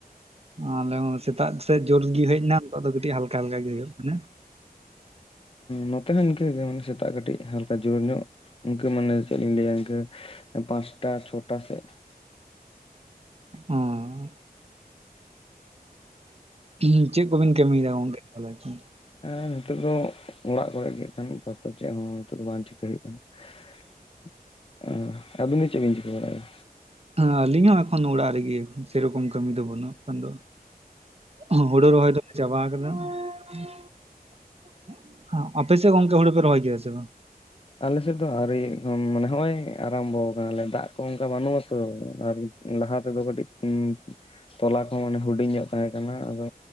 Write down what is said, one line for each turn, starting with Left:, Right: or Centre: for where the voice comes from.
Right: ᱟᱞᱮ ᱦᱚᱸ ᱥᱮᱛᱟᱜ ᱥᱮᱫ ᱡᱳᱨ ᱜᱮ ᱦᱮᱡ ᱮᱱᱟ, ᱱᱤᱛᱚᱜ ᱫᱚ ᱠᱟᱹᱴᱤᱡ ᱦᱟᱞᱠᱟ ᱦᱟᱞᱠᱟ ᱜᱮ ᱦᱩᱭᱩᱜ ᱠᱟᱱᱟ᱾
Left: ᱱᱚᱛᱮ ᱦᱚᱸ ᱤᱱᱠᱟᱹ ᱜᱮ ᱥᱮᱛᱟᱜ ᱠᱟᱹᱴᱤᱡ ᱦᱟᱞᱠᱟ ᱡᱳᱨ ᱧᱚᱜ ᱤᱱᱠᱟᱹ ᱢᱟᱱᱮ ᱪᱮᱫ ᱞᱤᱧ ᱞᱟᱹᱭᱟ ᱤᱱᱠᱟᱹ ᱯᱟᱸᱪᱴᱟ ᱪᱷᱚᱴᱟ ᱥᱮᱫ ᱾
Right: ᱚᱻ, <inaudible> <unintelligible> ᱛᱤᱦᱤᱧ ᱪᱮᱫ ᱠᱚᱵᱤᱱ ᱠᱟᱹᱢᱤᱭ ᱫᱟ ᱜᱚᱝᱠᱮ ᱛᱟᱦᱚᱞᱮ ᱠᱷᱟᱱ?
Left: ᱦᱮᱸ, ᱱᱤᱛᱚᱜ ᱫᱚ ᱚᱲᱟᱜ ᱠᱚᱨᱮ ᱜᱮ ᱠᱟᱢᱤ ᱛᱟᱨᱯᱚᱨ ᱪᱮᱫ ᱦᱚᱸ ᱱᱤᱛᱚᱜ ᱫᱚ ᱵᱟᱝ ᱪᱤᱠ ᱟᱹ ᱦᱩᱭᱩᱜ ᱠᱟᱱᱟ ᱾ <inaudible> ᱚ, ᱟᱵᱤᱱ ᱫᱚ ᱪᱮᱫ ᱵᱤᱱ ᱪᱤᱠᱟᱹ ᱵᱟᱲᱟᱭᱟ?
Right: ᱦᱮᱸ ᱟᱞᱤᱧ ᱦᱚᱸ ᱮᱠᱷᱚᱱ ᱚᱲᱟᱜ ᱨᱮᱜᱮ ᱾ ᱥᱮᱨᱚᱠᱚᱢ ᱠᱟᱹᱢᱤ ᱫᱚ ᱵᱟᱹᱱᱩᱜ-ᱟ ᱮᱠᱷᱚᱱ ᱫᱚ᱾ <inaudible> ᱦᱳᱲᱳ ᱨᱚᱦᱚᱭ ᱫᱚᱞᱮ ᱪᱟᱵᱟ ᱟᱠᱟᱫᱟ ᱾ <inaudible> ᱚ, ᱟᱯᱮ ᱥᱮᱫ ᱜᱚᱝᱠᱮ ᱦᱩᱲᱩ ᱯᱮ ᱨᱚᱦᱚᱭ ᱜᱮᱭᱟ ᱥᱮ ᱵᱟᱝ?
Left: ᱟᱞᱮ ᱥᱮᱫ ᱫᱚ ᱟᱣᱨᱤ ᱮᱠᱷᱚᱱ, ᱢᱟᱱᱮ ᱱᱚᱜᱼᱚᱭ ᱟᱨᱟᱢᱵᱚ ᱟᱠᱟᱱᱟᱞᱮ, ᱫᱟᱜ ᱠᱚ ᱚᱱᱠᱟ ᱵᱟᱹᱱᱩᱜ ᱟᱛᱚ ᱟᱨ ᱞᱟᱦᱟ ᱛᱮᱫᱚ ᱠᱟᱹᱴᱤᱡ ᱩᱸ ᱛᱚᱞᱟ ᱠᱚ ᱢᱟᱱᱮ ᱦᱩᱰᱤᱧ ᱧᱚᱜ ᱛᱟᱦᱮᱸ ᱠᱟᱱᱟ, ᱟᱫᱚ